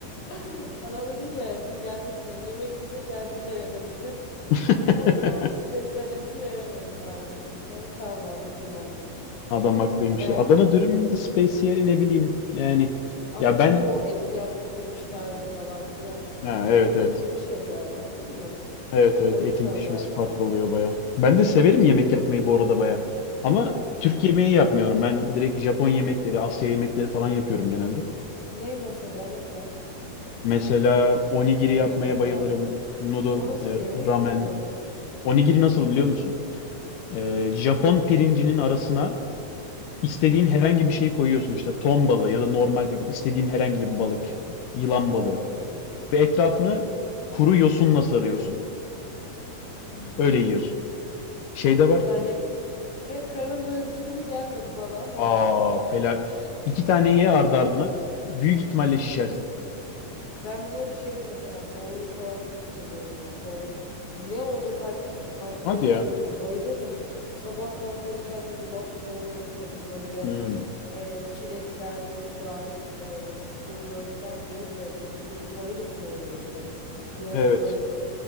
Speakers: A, on the left; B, on the left.
A: <laughs> Adam dedi ki "Biz gelmek yani yemek istedi gel burada ye dedi. <laughs>
B: <laughs>
A: Hani tamam dedi, spesiyallerimizi veremiyoruz maalesef dedi. Ben tamam abi o zaman dedim.
B: Adam haklıymış
A: Yani
B: ya. Adana dürümün de spesiyeli ne bileyim. Yani
A: ama
B: ya ben
A: şimdi o eti yap, yapış tarzı falan filan
B: ha,
A: bunlar
B: evet
A: çok
B: evet.
A: etkili şeyler anladın mı?
B: Evet evet
A: O
B: etin
A: yüzden
B: pişmesi
A: zaten.
B: farklı oluyor baya. Ben de severim
A: Tabii
B: yemek yapmayı
A: ki.
B: bu arada baya. Ama
A: Hmm.
B: Türk yemeği yapmıyorum. Ben direkt Japon yemekleri, Asya yemekleri falan yapıyorum genelde.
A: Ney mesela ne tarz?
B: Mesela onigiri
A: Nasıl
B: yapmaya
A: falan.
B: bayılırım. Noodle,
A: O nasıl
B: e,
A: bir yemek
B: ramen.
A: bilmiyorum.
B: Onigiri nasıl biliyor musun? E, Japon pirincinin arasına İstediğin
A: Hı hı.
B: herhangi bir şeyi koyuyorsun işte ton balığı ya da normal bir istediğin herhangi bir balık, yılan balığı
A: Aa.
B: ve etrafını kuru yosunla sarıyorsun.
A: Hmm.
B: Öyle yiyorsun. Şey de var.
A: Yani pek karın doyurucu gibi gelmedi bana ama.
B: Aa fela. İki tane ye ardı ardına. Büyük ihtimalle şişersin.
A: Ben böyle şey mesela bavulu falan çok seviyorum ya. Bavul ne olduğu fark etmez. Tatlı,
B: Hadi ya.
A: tuzlu bayılırım. Sabah kalkarım kendime yulaflı bavul yaparım böyle.
B: Hmm,
A: e, çilekler, muzlar, e, bu börtten değil de bu neydi? Karadut mu oluyordu? Yok,
B: evet.
A: bört,